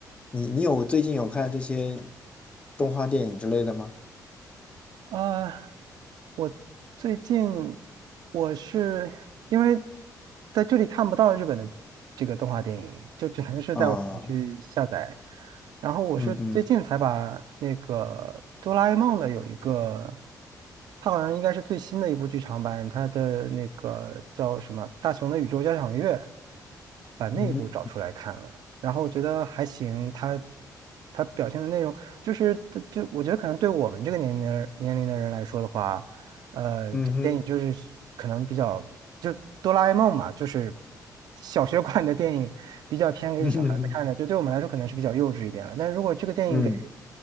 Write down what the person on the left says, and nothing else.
你你有最近有看这些动画电影之类的吗？
啊，
嗯嗯
嗯
嗯哼，
嗯
哼，<laughs> 嗯
嗯